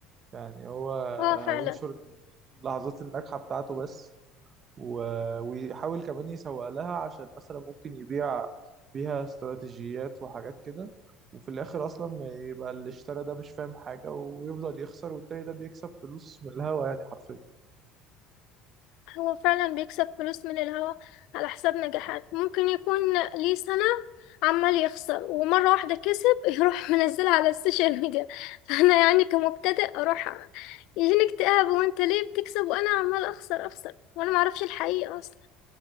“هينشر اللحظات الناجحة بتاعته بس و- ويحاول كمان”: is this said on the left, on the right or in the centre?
Right